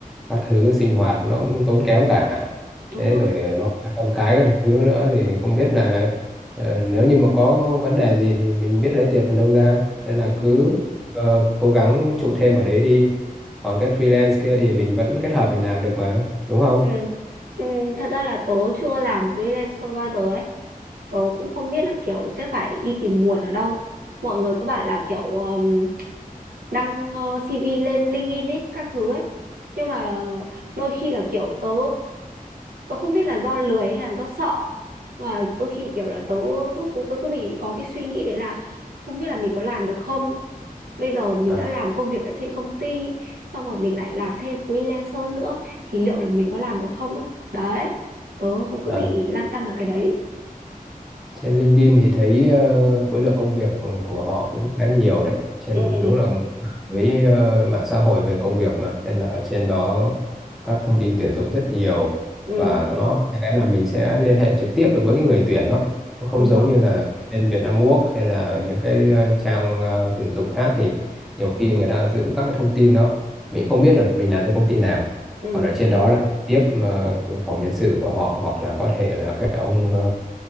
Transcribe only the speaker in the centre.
các thứ sinh hoạt nó cũng tốn kém cả
thế
rồi ờ, nó con cái các thứ nữa thì không biết là ờ, nếu như mà có vấn đề gì thì mình biết lấy tiền đâu ra nên là
cứ ờ, cố gắng trụ thêm ở đấy đi còn cái freelance kia thì mình vẫn kết hợp mình làm được mà đúng không
à,
à.
trên LinkedIn thì thấy ờ, khối lượng công việc của họ cũng khá nhiều đấy trên
đúng là với ờ, mạng xã hội về công việc mà nên là ở trên đó các thông tin tuyển dụng rất nhiều
và nó cái là mình sẽ liên hệ trực tiếp được với cái người tuyển đó Nó không
giống
như là bên Vietnam Work hay là những cái ờ, trang ờ, tuyển dụng khác thì nhiều khi người ta giữ các cái thông tin đó mình không biết là mình làm cho công ty nào
còn ở trên đó là tiếp ờ, phòng nhân sự của họ hoặc là có thể là cái ông ờ,